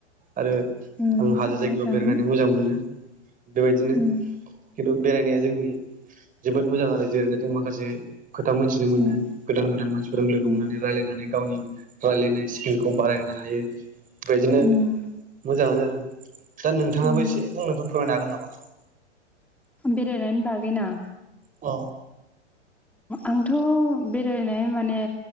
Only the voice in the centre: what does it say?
उम
मोजाङानो
उम
उम
उम
उम
उम
बेरायनायनि बागै ना?
आंथ' बेरायनाय माने